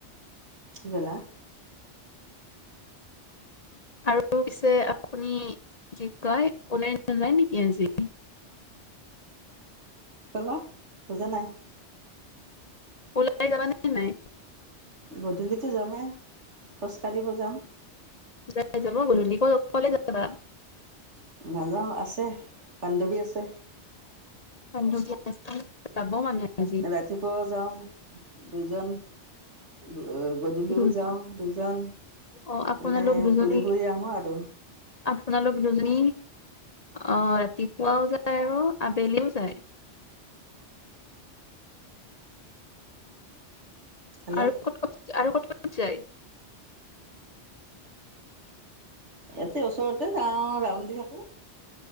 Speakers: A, on the right (about 75°); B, on the left (about 40°).
A: বেলা।
B: আৰু পিছে আপুনি, কি কয়, কোনেও নেযায় নেকি আজি?
A: কলো। বুজা নাই।
B: ওলাই যাবা নে নাই?
A: গধূলিটো যামেই খোজ কাঢ়িব যাম।
B: যাই যাব বোলোঁ, গলে ক ক'লে যাবা?
A: নাযাওঁ। আছে, বান্ধৱী আছে।
B: বান্ধবীয়ে নেক্সট টাইম যাব মানে! আজি
A: এ ৰাতিপুৱাও যাওঁ। দুজন, উম। এ গধূলিও
B: দুজন।
A: যাওঁ দুজন,
B: অ আপোনালোক
A: মানে
B: দুজনী
A: ঘূৰি ফুৰি আহোঁ আৰু।
B: আপোনালোক দুজনী, আহ ৰাতিপুৱাও যায় আৰু আবেলিও যায়।
A: হেল্ল'
B: আৰু ক'ত ক'ত, আৰু ক'ত ক'ত যায়?
A: ইয়াতে ওচৰতে যাওঁ, ৰাউন দি থাকো।